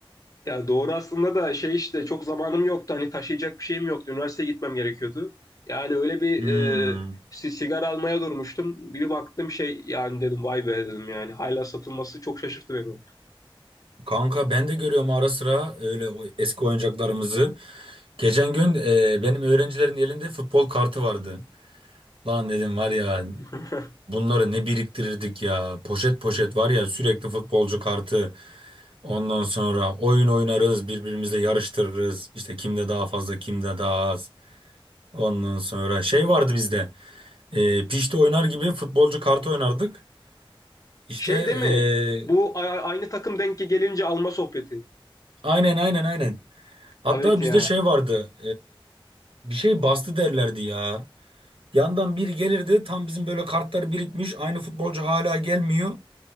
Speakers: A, on the left; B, on the right.
A: Ya doğru aslında da şey işte çok zamanım yoktu. Hani taşıyacak bir şeyim yoktu. Üniversiteye gitmem gerekiyordu. Yani öyle bir
B: Hmm.
A: e, si- sigara almaya durmuştum. Bir baktım şey yani dedim vay be dedim yani. Hala satılması çok şaşırttı beni.
B: Kanka ben de görüyorum ara sıra öyle o eski oyuncaklarımızı. Geçen gün e, benim öğrencilerin elinde futbol kartı vardı. Lan dedim var ya
A: <laughs>
B: Bunları ne biriktirirdik ya. Poşet poşet var ya sürekli futbolcu kartı. Ondan sonra oyun oynarız, birbirimizle yarıştırırız. İşte kimde daha fazla, kimde daha az. Ondan sonra şey vardı bizde. E, pişti oynar gibi futbolcu kartı oynardık. İşte
A: Şey
B: e,
A: değil mi? Bu a- aynı takım denk gelince alma sohbeti.
B: aynen aynen aynen. Hatta
A: Evet ya.
B: bizde şey vardı. e, bir şey bastı derlerdi ya. Yandan biri gelirdi. Tam bizim böyle kartlar birikmiş. Aynı futbolcu hala gelmiyor.